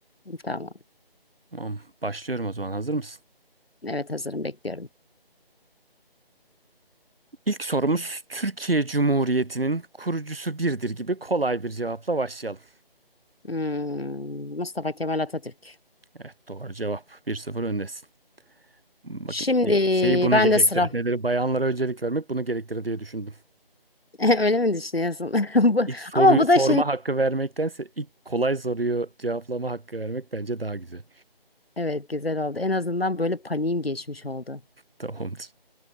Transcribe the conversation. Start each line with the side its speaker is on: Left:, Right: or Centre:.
Left: Tamam.
Right: Tamam başlıyorum o zaman hazır mısın?
Left: Evet hazırım bekliyorum.
Right: İlk sorumuz Türkiye Cumhuriyeti'nin kurucusu birdir gibi kolay bir cevapla başlayalım.
Left: Hmm, Mustafa Kemal Atatürk.
Right: Evet doğru cevap. Bir sıfır öndesin. Bakın
Left: Şimdi
Right: şey- şeyi bunu
Left: ben
Right: gerektirir.
Left: de sıra.
Right: Nedir? Bayanlara öncelik vermek bunu gerektirir diye düşündüm.
Left: <laughs> Öyle mi düşünüyorsun? <laughs> Bu-
Right: İlk soruyu
Left: Ama bu
Right: sorma
Left: da şimdi...
Right: hakkı vermektense ilk kolay soruyu cevaplama hakkı vermek bence daha güzel.
Left: Evet güzel oldu. En azından böyle paniğim geçmiş oldu.
Right: Tamamdır.